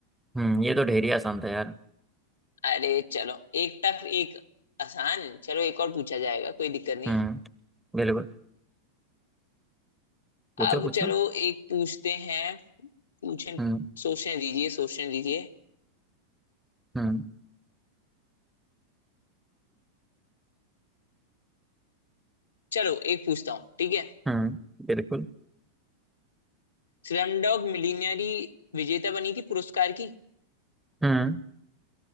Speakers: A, in the centre; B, on the left.
A: हम्म ये तो ढेर ही आसान था यार
B: अरे चलो एक टफ एक आसान चलो एक और पूछा जाएगा कोई दिक्कत नहीं
A: हम्म बिल्कुल पूछो
B: अब
A: पूछो
B: चलो एक पूछते हैं पूछें
A: हम्म
B: सोचने दीजिए सोचने दीजिए
A: हम्म
B: चलो एक पूछता हूँ ठीक है
A: हम्म बिल्कुल
B: स्लम डॉग मिलियनेरी विजेता बनी थी पुरस्कार की
A: हम्म